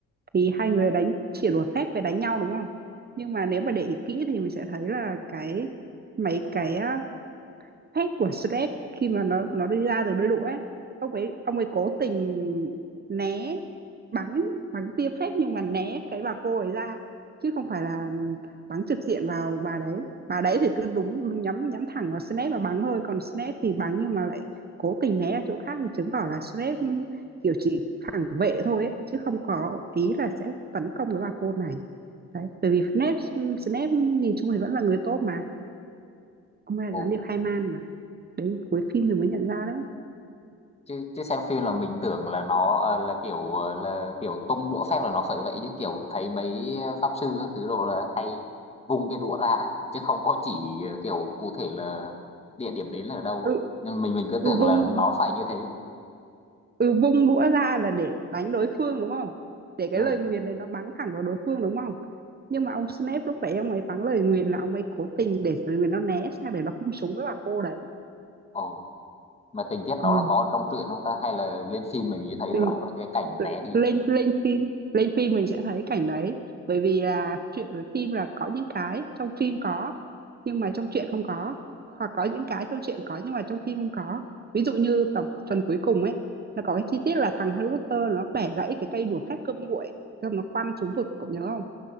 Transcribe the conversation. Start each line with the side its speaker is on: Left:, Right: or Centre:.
Right: thì hai người đánh chỉ đùa phép về đánh nhau đúng không nhưng mà nếu mà để ý kỹ thì mình sẽ thấy là cái mấy cái á, thép của Shrek khi mà nó nó đi ra từ đôi đũa ấy, ông ấy ông ấy cố tình né bắn bắn tia phép nhưng mà né cái bà cô ấy ra chứ không phải là bắn trực diện vào bà đấy bà đấy thì cứ đúng nhắm nhắm thẳng vào Snape và bắn thôi còn Snape thì bắn nhưng mà lại cố tình né ở chỗ khác thì chứng tỏ là Snape kiểu chỉ phản vệ thôi ấy, chứ không có ý là sẽ tấn công cái bà cô này đấy bởi vì Snape Snape nhìn chung thì vẫn là người tốt mà ông ấy là
Left: ồ
Right: gián điệp hai man mà đấy cuối phim thì mới nhận ra đấy
Left: chứ chứ xem phim là mình tưởng là nó ờ, là kiểu ờ, là kiểu tung đũa phép là nó phải vậy chứ kiểu thấy mấy ờ, pháp sư các thứ đồ là hay vung cái đũa ra ấy, chứ không có chỉ ờ, kiểu cụ thể là địa điểm đến là ở đâu
Right: ừ,
Left: ấy. nên mình mình cứ
Right: ừ
Left: tưởng
Right: vung
Left: là nó phải như thế
Right: ừ vung đũa ra là để đánh đối phương đúng không để cái
Left: ừ
Right: lời nguyền đấy nó bắn thẳng vào đối phương đúng không nhưng mà ông Snape lúc đấy ông ấy bắn lời nguyền là ông ấy cố tình để lời nguyền nó né sang để nó không súng với bà cô đấy
Left: ồ mà tình tiết
Right: ờ
Left: đó là có ở trong truyện không ta hay là lên phim mình chỉ thấy rõ
Right: mình
Left: là cái cảnh né đi
Right: lên lên phim lên phim mình sẽ thấy cảnh đấy bởi vì là chuyện với phim là có những cái trong phim có nhưng mà trong truyện không có hoặc có những cái trong truyện có nhưng mà trong phim không có ví dụ như tập phần cuối cùng ấy nó có cái chi tiết là thằng Harry Potter nó bẻ gãy cái cây đũa phép cơm nguội xong nó quăng xuống vực cậu nhớ không